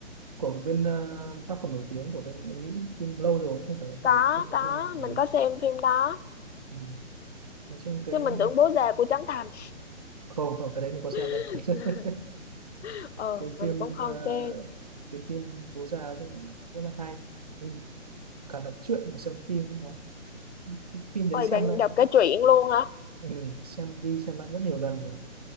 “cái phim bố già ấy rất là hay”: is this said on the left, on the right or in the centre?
Right